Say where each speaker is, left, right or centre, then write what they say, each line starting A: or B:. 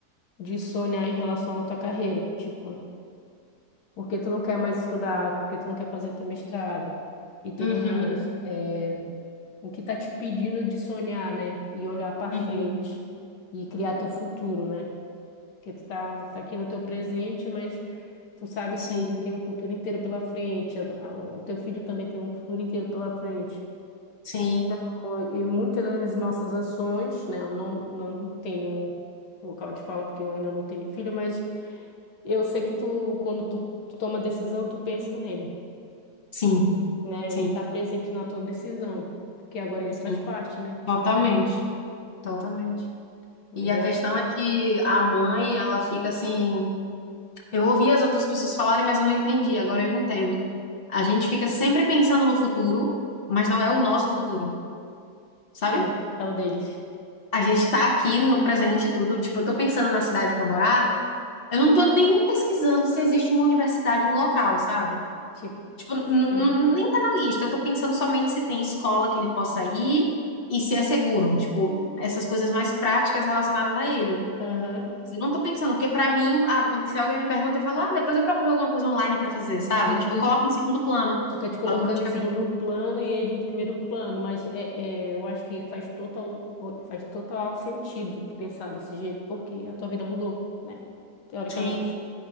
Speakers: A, on the left; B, on the left.
A: de sonhar em relação à tua carreira, tipo, porque tu não quer mais estudar, porque tu não quer fazer teu mestrado e tudo
B: Uhum,
A: mais. É, o que tá te pedindo de sonhar, né? E olhar pra
B: uhum.
A: frente e criar teu futuro, né? Porque tu tá, tá aqui no teu presente, mas tu sabe
B: Sim,
A: que tem um futuro inteiro pela frente, a- a- o teu filho também tem um futuro inteiro pela frente.
B: sim,
A: Então, E muitas das nossas ações, né? Eu não, não tenho local de fala porque eu ainda não tenho filho, mas Eu sei que tu, quando tu toma decisão, tu pensa nele,
B: sim,
A: né?
B: sim,
A: Ele tá presente na tua decisão, porque agora ele
B: sim.
A: faz parte, né?
B: Totalmente, totalmente.
A: Mas
B: E a
A: aí,
B: questão é que a mãe, ela fica assim. Eu ouvi as outras pessoas falarem, mas eu não entendi. Agora eu entendo. A gente fica sempre pensando no futuro, mas não é o nosso futuro, sabe?
A: sim, é o deles.
B: A gente tá aqui no presente e tudo. Tipo, eu tô pensando na cidade pra morar. Eu não tô nem pesquisando se existe uma universidade no local, sabe?
A: Tipo,
B: Tipo, n-
A: sim.
B: n- nem tá na lista. Eu tô pensando somente se tem escola que ele possa ir e se é seguro. Tipo, essas coisas mais práticas relacionadas a ele.
A: Aham.
B: Eu não tô pensando, porque pra mim, ah, quando- se alguém me pergunta, eu falo, ah, depois eu procuro alguma coisa online pra fazer, sabe?
A: Tu,
B: Tipo,
A: tu,
B: eu coloco em segundo plano,
A: tu tá te colocando
B: automaticamente.
A: em segundo plano e ele em primeiro plano, mas é, é, eu acho que faz total, faz total sentido tu pensar desse jeito, porque a tua vida mudou, né? Teoricamente.
B: Sim,